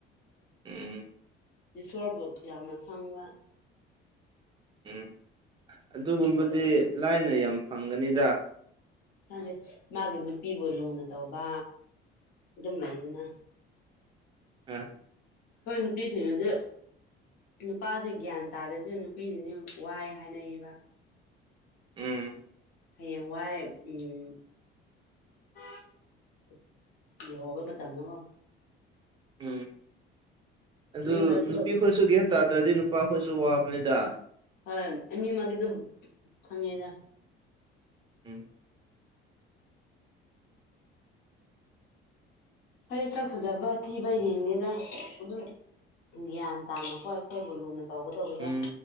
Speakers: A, on the right; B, on the left.
A: ꯎꯝ
B: ꯏꯁꯣꯔꯕꯨ ꯌꯥꯝꯅ ꯈꯪꯕ
A: ꯎꯝ ꯑꯗꯨꯒꯨꯝꯕꯗꯤ
B: ꯑꯗꯣ
A: ꯂꯥꯏꯅ ꯌꯥꯝ ꯐꯪꯒꯅꯤꯗ
B: ꯈꯪꯗꯦ ꯃꯥꯒꯤ ꯅꯨꯄꯤꯕꯨ ꯂꯨꯅ ꯇꯧꯕ ꯑꯗꯨꯝ ꯂꯩꯗꯅ
A: ꯑ
B: ꯈꯣꯏ ꯅꯨꯄꯤꯁꯤꯡꯅꯗꯤ ꯅꯨꯄꯥꯁꯦ ꯒ꯭ꯌꯥꯟ ꯇꯥꯗꯦ ꯑꯗꯨꯅ ꯅꯨꯄꯤꯁꯤꯡꯁꯨ ꯋꯥꯏ ꯍꯥꯏꯅꯩꯌꯦꯕ
A: ꯎꯝ
B: ꯍꯌꯦꯡꯋꯥꯏ ꯎꯝ <unintelligible> ꯂꯨꯍꯣꯕꯩ ꯃꯇꯝꯅꯀꯣ
A: ꯎꯝ ꯑꯗꯨ
B: ꯃꯤ ꯈꯔꯁꯨ
A: ꯅꯨꯄꯤ ꯈꯣꯏꯁꯨ ꯒ꯭ꯌꯥꯟ ꯇꯥꯗ꯭ꯔꯗꯤ ꯅꯨꯄꯥ ꯈꯣꯏꯁꯨ ꯋꯥꯕꯅꯤꯗ
B: ꯍꯣꯏ ꯑꯅꯤꯃꯛꯗꯤ ꯑꯗꯨꯝ ꯈꯪꯉꯦꯖ
A: ꯎꯝ
B: ꯍꯣꯏ ꯁꯛ ꯐꯖꯕ ꯊꯤꯕ ꯌꯦꯡꯅꯤꯗ ꯑꯗꯨꯝ ꯒ꯭ꯌꯥꯟ ꯇꯥꯅꯀꯣ ꯑꯩꯈꯣꯏꯕꯨ ꯂꯨꯅ ꯇꯧꯒꯗꯧꯕꯗꯣ
A: ꯎꯝ